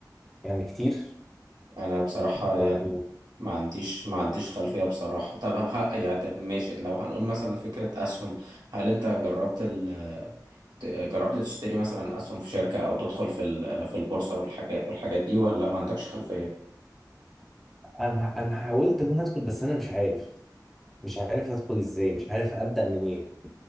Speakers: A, in the centre; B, on the right.
A: يعني كتير
B: انا بصراحة يعني
A: ما...
B: ما عنديش ما عنديش خلفية بصراحة طب ه- يعني طب ماشي لو هنقول مثلا فكرة اسهم هل انت جربت ال... ت- جربت تشتري مثلا اسهم في شركة او تدخل في ال... في البورصة والحاجات والحاجات دي ولا ما عندكش خلفية
A: انا انا حاولت ان انا ادخل بس انا مش عارف مش عارف ادخل ازاي مش عارف ابدا منين